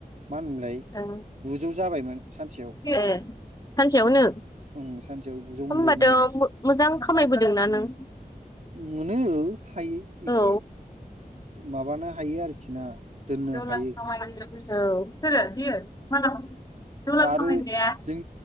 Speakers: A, on the right; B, on the left.
A: मा होनोमोनलाय
B: ओ
A: गुजौ जाबायमोन सानसेयाव।
B: ए सानसेयावनो
A: ओं सानसेयाव गुजौ मोनबायमोन
B: होनबाथ'
A: जों
B: मो-मोजां खामायबोदोंना नों?
A: मोनो हायो एसे
B: औ
A: माबानो हायो आरोखि ना
B: <unintelligible>
A: दोननो
B: औ सोरो
A: हायो
B: बियो <unintelligible> डलार
A: आरो
B: खामायग्राया
A: जों